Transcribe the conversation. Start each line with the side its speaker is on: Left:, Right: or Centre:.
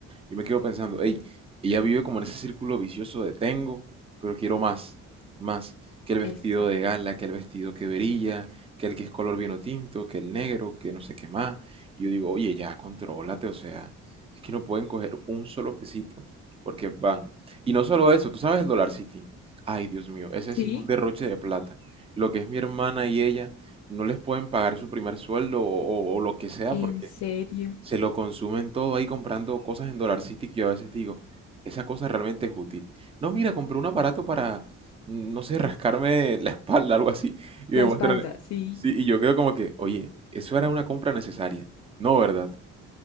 Right: yo me quedo pensando, hey, ella vive como en ese círculo vicioso de tengo, pero quiero más, más, que el
Left: exacto.
Right: vestido de gala, que el vestido que brilla, que el que es color vino tinto, que el negro, que no sé qué más. Y yo digo, oye, ya, contrólate, o sea, es que no pueden coger un solo pesito, porque van. Y no solo eso, tú sabes el Dollar City. Ay, Dios mío, ese sí
Left: Sí,
Right: es un derroche de plata. Lo que es mi hermana y ella, no les pueden pagar su primer sueldo o, o- o lo que sea,
Left: en
Right: porque
Left: serio.
Right: se lo consumen todo ahí comprando cosas en Dollar City que yo a veces digo, esa cosa realmente es útil. No, mira, compré un aparato para, mm, no sé, rascarme la espalda, algo así, y
Left: La
Right: me muestran,
Left: espalda, sí.
Right: sí, y yo quedo como que, oye, eso era una compra necesaria. No, ¿verdad?